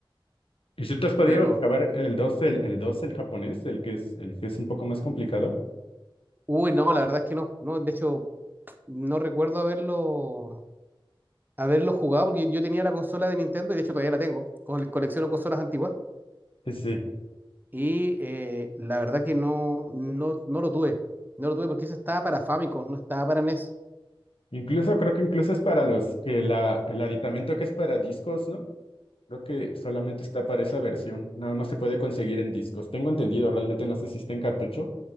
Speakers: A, on the left (about 85°); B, on the right (about 20°).
A: ¿Y si te has podido
B: Pero
A: acabar el dos el, el dos el japonés, el que es, el que es un poco más complicado?
B: Uy, no, la verdad es que no. No, de hecho, no recuerdo haberlo, haberlo jugado porque yo tenía la consola de Nintendo y de hecho todavía la tengo. col- Colecciono consolas antiguas
A: Sí, sí. sí.
B: y eh, la verdad que no, no, no lo tuve. No lo tuve porque eso estaba para Famicom, no estaba para NES.
A: Incluso creo que incluso es para los que la, el aditamento que es para discos, ¿no? Creo que solamente está para esa versión, nada más se puede conseguir en discos. Tengo entendido, realmente no sé si está en cartucho